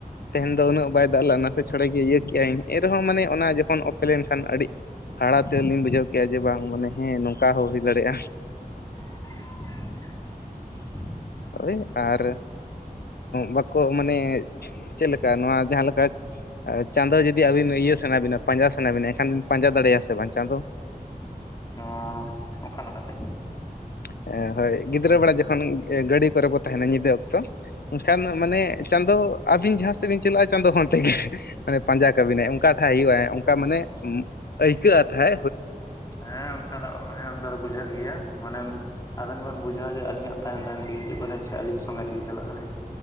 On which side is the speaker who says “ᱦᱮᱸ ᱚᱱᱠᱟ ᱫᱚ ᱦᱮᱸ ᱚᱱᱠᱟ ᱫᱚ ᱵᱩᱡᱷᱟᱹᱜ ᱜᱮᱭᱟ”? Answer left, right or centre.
Left